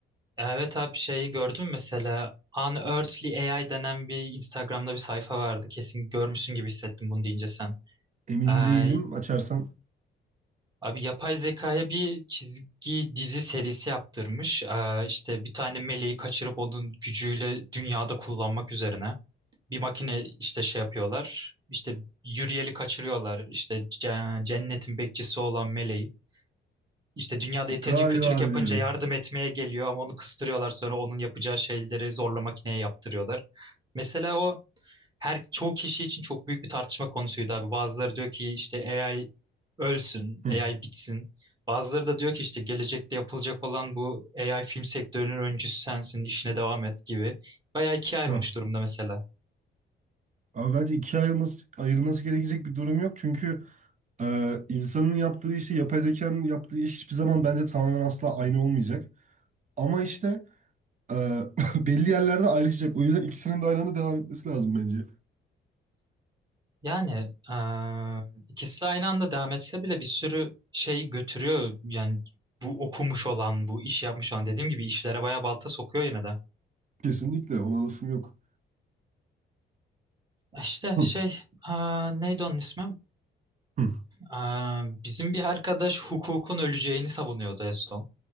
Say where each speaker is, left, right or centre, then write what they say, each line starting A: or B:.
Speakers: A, on the right; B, on the right.
A: evet abi şeyi gördün mü mesela Unearthly AI denen bir Instagram'da bir sayfa vardı. Kesin görmüşsün gibi hissettim bunu deyince sen.
B: Emin
A: Ee,
B: değilim. Açarsan
A: Abi yapay zekaya bir çizgi dizi serisi yaptırmış. Ee, işte bir tane meleği kaçırıp onun gücüyle dünyada kullanmak üzerine. Bir makine işte şey yapıyorlar. İşte yürüyeli kaçırıyorlar. İşte ce- cennetin bekçisi olan meleği. İşte dünyada yeterince
B: Galiba
A: kötülük yapınca
B: biliyorum.
A: yardım etmeye geliyor ama onu kıstırıyorlar sonra onun yapacağı şeyleri zorla makineye yaptırıyorlar. Mesela o her çoğu kişi için çok büyük bir tartışma konusuydu abi. Bazıları diyor ki işte AI ölsün,
B: <laughs>
A: AI bitsin. Bazıları da diyor ki işte gelecekte yapılacak olan bu AI film sektörünün öncüsü sensin, işine devam et gibi. Bayağı ikiye ayrılmış
B: Ah.
A: durumda mesela.
B: Ama bence ikiye ayrılması, ayrılması gerekecek bir durum yok. Çünkü e, insanın yaptığı işi, yapay zekanın yaptığı iş hiçbir zaman bence tamamen asla aynı olmayacak. Ama işte e, <laughs> belli yerlerde ayrışacak. O yüzden ikisinin de aynı anda devam etmesi lazım bence.
A: Yani eee ikisi aynı anda devam etse bile bir sürü şey götürüyor. Yani bu okumuş olan, bu iş yapmış olan dediğim gibi işlere bayağı balta sokuyor yine de.
B: Kesinlikle ona lafım yok.
A: İşte
B: Hı,
A: şey eee, neydi onun ismi?
B: hı.
A: Eee, bizim bir arkadaş hukukun öleceğini savunuyordu en son.